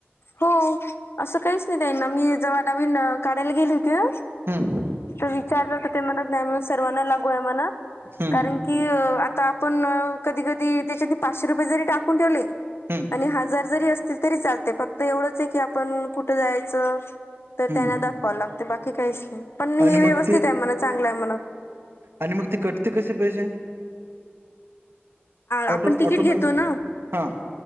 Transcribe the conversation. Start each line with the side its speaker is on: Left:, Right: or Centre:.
Left: हो असं काहीच नाही त्यांना मी जेव्हा नवीन काढायला गेली होती ना
Right: हम्म
Left: तर विचारलं तर ते म्हणत नाही म्हणून सर्वांना लागू आहे म्हण
Right: हम्म
Left: कारण की आता आपण कधी कधी त्याच्यात पाचशे रुपये जरी टाकून ठेवले
Right: हम्म
Left: आणि हजार जरी असतील तरी चालते फक्त एवढंच आहे की आपण कुठं जायचं तर
Right: हम्म
Left: त्यांना दाखवावं लागत बाकी काहीच नाही पण हे
Right: आणि
Left: व्यवस्थित
Right: मग ते
Left: आहे म्हण चांगलं आहे म्हणत
Right: आणि मग ते कटते कसे पाहिजे
Left: आपण
Right: ऑटो
Left: तिकीट
Right: ऑटोमॅ
Left: घेतो ना
Right: हां